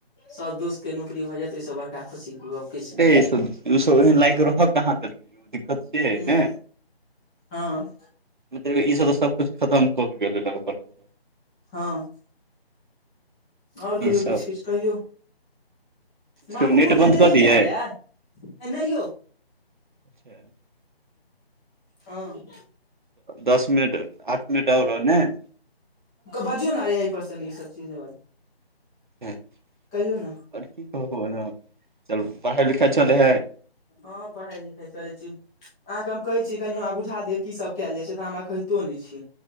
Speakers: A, in the centre; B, on the right.
A: सब दोस्त के नौकरी भए जायत ओहिसँ बड़का खुशी के गप किछु नहि
B: र
A: छै
B: लागग रह कहाँ दर दिक्कत से है
A: हूँ
B: ने
A: हँ
B: मतलब ई सब तऽ सबकुछ खत्म कऽ गेल <unintelligible>
A: हँ आओर कहियौ
B: ई सब
A: किछ किछ कहियौ माँ
B: केओ नेट
A: कुकुर के
B: बन्द
A: देलियै
B: कऽ दियै
A: खाय लए नहि यौ
B: अ <unintelligible>
A: हँ
B: दस मिनट आठ मिनट आरो रहल नहि
A: बाजियो ने रे एहि परस ई सब चीज <unintelligible>
B: आओर
A: कहियौ ने
B: की कहब पढ़ाइ लिखाइ चलै है ने
A: हँ पढ़ाइ लिखाइ चलै छी अहाँकेँ हम कहै छी कनि हमरा बुझा दिअ कीसभ कयल जाइ छै तऽ हमरा कहितो नहि छी